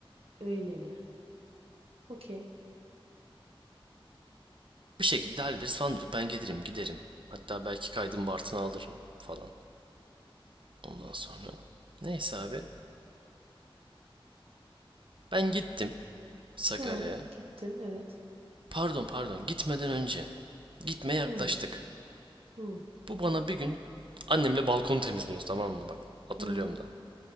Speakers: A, on the right; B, on the right.
A: öyleli. Okey.
B: Bir şekilde hallederiz falan diyorduk. Ben gelirim giderim. Hatta belki kaydım Bartın'a alırım falan. Ondan sonra. Neyse abi. Ben gittim Sakarya'ya.
A: He gittin evet.
B: Pardon pardon gitmeden önce. Gitmeye yaklaştık.
A: Hı hı
B: Bu bana bir gün annemle balkonu temizliyoruz tamam mı bak hatırlıyorum
A: hı.
B: da.